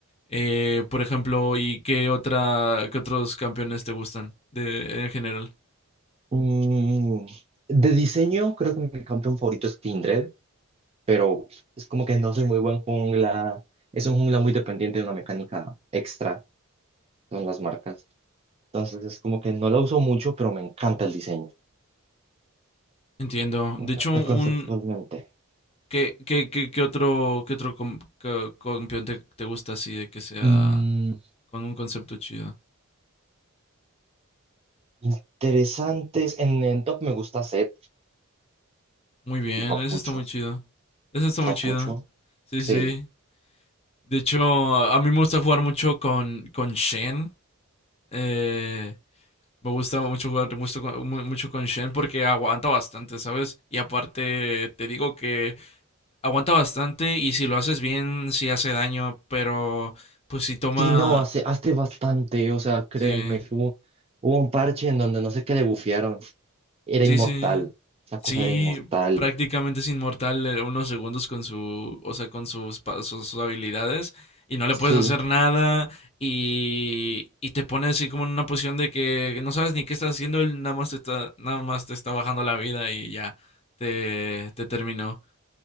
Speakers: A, on the left; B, on the right.
A: Eh, por ejemplo, ¿y qué otra, qué otros campeones te gustan de, en general?
B: Mm, de diseño, creo que mi campeón favorito es Kindred, pero es como que no soy muy buen jungla. Es un jungla muy dependiente de una mecánica extra, son las marcas. Entonces es como que no la uso mucho, pero me encanta el diseño.
A: Entiendo.
B: Me
A: De
B: encanta
A: hecho, un
B: conceptualmente.
A: ¿qué, qué, qué, qué otro, qué otro com- ca- campeón te, te gusta así de que sea
B: Mm,
A: con un concepto chido?
B: interesantes. En, en top me gusta Zed,
A: Muy bien,
B: el papucho.
A: eso está muy chido. eso está muy
B: Papucho,
A: chido. Sí,
B: sí.
A: sí. De hecho, a mí me gusta jugar mucho con, con Shen. eh, Me gusta mucho jugar mucho con, mu- mucho con Shen porque aguanta bastante, ¿sabes? Y aparte te digo que aguanta bastante y si lo haces bien, sí hace daño, pero pues si toma...
B: Sí, no, hace, hace bastante, o sea, créeme,
A: Sí.
B: que hubo, hubo un parche en donde no sé qué le bufearon, era
A: Sí,
B: inmortal,
A: sí.
B: esa cosa
A: Sí,
B: era inmortal,
A: prácticamente es inmortal eh, unos segundos con su, o sea, con sus, pa- sus, sus habilidades y no le
B: sí,
A: puedes hacer nada y, y te pone así como en una posición de que no sabes ni qué estás haciendo, él nada más te está, nada más te está bajando la vida y ya te, te terminó.